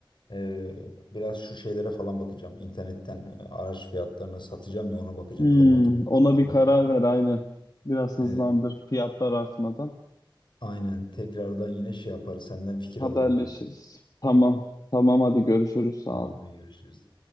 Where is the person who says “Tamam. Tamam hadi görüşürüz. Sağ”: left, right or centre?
Left